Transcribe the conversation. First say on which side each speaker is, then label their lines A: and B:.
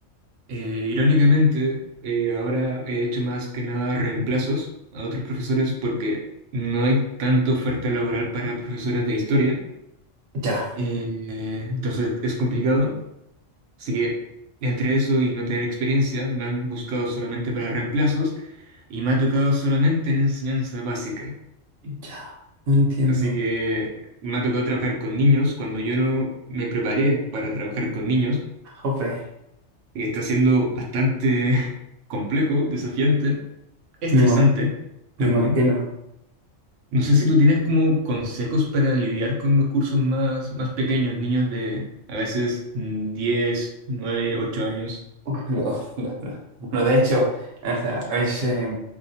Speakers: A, on the right (about 75°); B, on the right (about 55°).
A: Eh, irónicamente, eh, ahora he hecho más que nada reemplazos a otros profesores porque no hay tanta oferta laboral para profesores de historia.
B: Ya,
A: Eh, entonces es complicado. Así que entre eso y no tener experiencia, me han buscado solamente para reemplazos y me ha tocado solamente en enseñanza básica.
B: ya, no entiendo.
A: Así que me ha tocado trabajar con niños cuando yo no me preparé para trabajar con niños,
B: Jope,
A: que está siendo bastante <laughs> complejo, desafiante. estresante
B: me ima- me
A: también.
B: imagino.
A: No sé si tú tienes como consejos para lidiar con los cursos más, más pequeños, niños de a veces mm, 10, 9, 8 años.
B: Uf, lo- <laughs> lo- lo- Bueno, de hecho, o sea, es, eh,